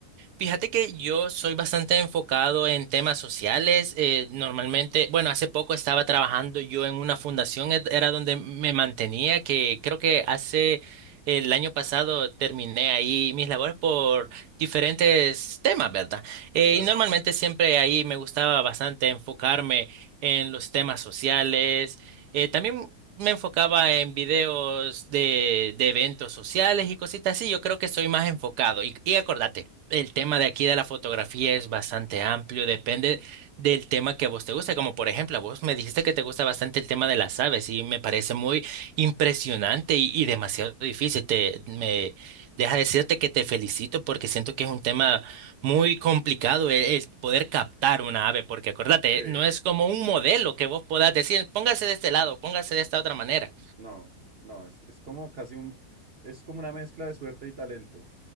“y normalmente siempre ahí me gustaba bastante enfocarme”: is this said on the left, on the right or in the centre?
Right